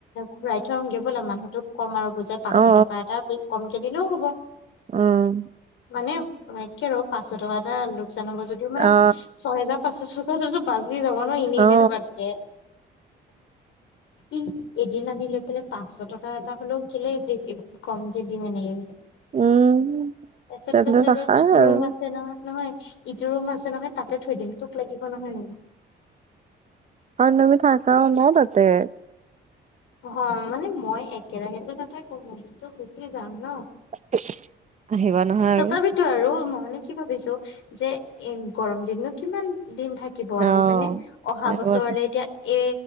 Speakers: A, on the left; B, on the right.
A: ঘুৰাই থওঁ আহোগে বলা মানুহ মানু্হটোক কম আৰু বুজাই পাঁচশ
B: অ
A: টকা এটা কমকে দিলেও হব।
B: উম,
A: মানে, ৰ পাঁচশ টকা এটা লোকচান হ'ব! যদিও, মানে
B: অ
A: ছয়হেজাৰ পাঁচশ টকাটো বাচি যাব নহ এনেই
B: অ
A: থকাত কেই ই এদিন আনি লৈ পেলাই পাঁচশ টকা এটা হলেও কেলেই কম কে দিম এনেকে কৈছে!
B: উম <inaudible>
A: তাৰপিছত কৈছে যে ইটো ৰুম আছে নহয়, নহয়! ইটো ৰুম আছে নহয় তাতে থৈ দিম তোক লাগিব নহয়?
B: অ', তুমি থাকাও ন তাতে!
A: অ', মানে মই একেৰাহেতো নাথাকো মই তো গুচি যাম ন?
B: <unintelligible> আহিবা নহয় আৰু
A: তথাপিতো আৰু মই মানে কি ভাবিছোঁ! যে এ গৰম দিননো কিমান দিন থাকিব আৰু
B: অ
A: হয়নে আহাঁ
B: আহিব
A: বছৰলে
B: আকৌ
A: এতিয়া এ